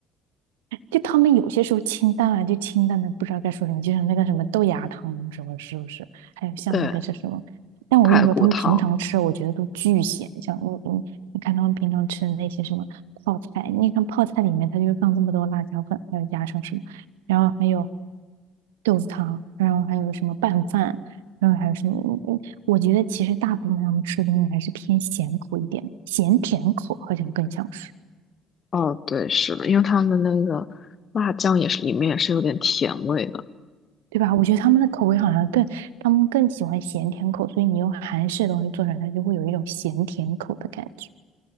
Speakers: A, on the right (about 70°); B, on the left (about 40°).
A: 就他们有些时候清淡啊，就清淡的不知道该说什么，就像那个什么豆芽汤什么，是不是？还有像那个是什么？
B: <laughs> 对，
A: 但我跟你说，
B: 排骨汤。
A: 他们平常吃，我觉得都巨咸。像你你你看他们平常吃的那些什么泡菜，你看泡菜里面它就是放这么多辣椒粉，还有加上什么，然后还有豆子汤，然后还有什么拌饭，然后还有什么？嗯我觉得其实大部分他们吃的东西还是偏咸口一点，咸甜口好像更像是。
B: 哦，对，是的，因为他们那个辣酱也是里面也是有点甜味的。
A: 对吧？我觉得他们的口味好像更，他们更喜欢咸甜口，所以你用韩式的东西做出来，它就会有一种咸甜口的感觉。